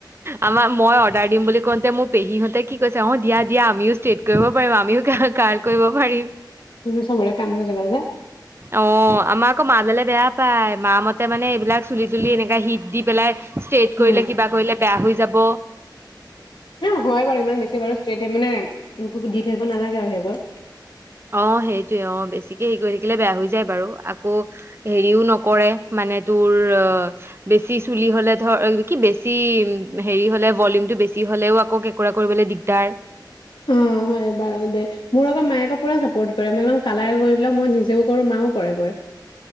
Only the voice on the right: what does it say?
আমাৰ মই অৰ্ডাৰ দিম বুলি। মোৰ পেহীহঁতে কি কৈছে, অ দিয়া দিয়া আমিও ষ্ট্ৰেট কৰিব পাৰিম আমিও <unintelligible> কৰিব পাৰিম
অ আমাক আকৌ মাললে বেয়া পায় মা মতে <unintelligible> মে এইবাক চুলি এনে <unintelligible> শিপ দি পেলাই। ষ্টেট
কৰিলে কিবা কৰিলে। বেয়া হৈ যাব।
অ সেইটোৱে অ বেছিকে হেৰি কৰি থাকিলে বেয়া হৈ যায় বাৰু, আকৌ হেৰিও নকৰে মানে তোৰ অ বেছি চুলি হলে ধৰ কি বেছি হেৰি হলে ভ বেছি হলেও আকৌ কেঁকোৰা কৰিবলৈ দিগদাৰ <unintelligible>